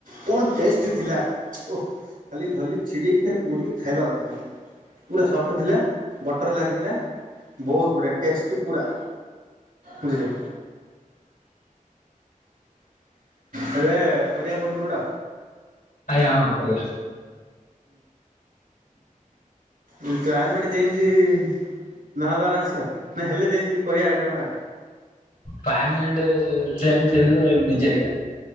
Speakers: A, on the right; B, on the left.
A: କଣ ଟେଷ୍ଟ ଥିଲା ଓଃ ଖାଲି ଧରଲି ଛିଡ଼େଇକି ଖାଲି ମୁଡ଼ିକି ଖାଇବା କଥା ଖାଲି। ପୁରା ସଫ୍ଟ ଥିଲା, ବଟର୍ ଲାଗିଥିଲା, ବହୁତ ବଢ଼ିଆ ଟେଷ୍ଟି ପୁରା। ବୁଝିଲେ? ହେଲେ କରିଆ କୋଉଦିନ ଗୋଟେ?
B: ଆଜ୍ଞାଁ ହଁ କରିବା।
A: ହଁ କ୍ଲାଇମେଟ ଚେଞ୍ଚେ ହେଇଛି। ନହବାର ଅଛି ଆ ନା ହେଲେ ଚେଞ୍ଜ କରିବା ଆଇଟମ୍ ଟା।
B: କ୍ଲାଇମେଟ୍ ଚେଞ୍ଜ ହେଲେ ବିଜାରିଆ